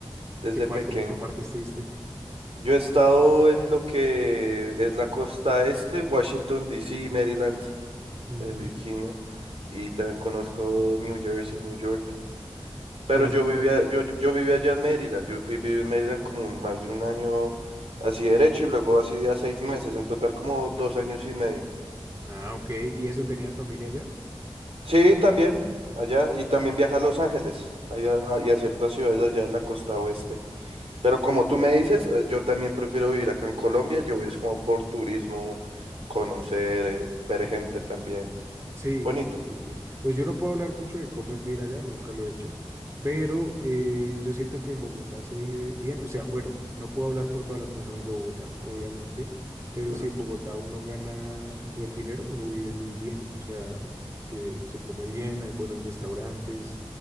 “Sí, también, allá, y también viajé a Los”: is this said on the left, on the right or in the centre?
Right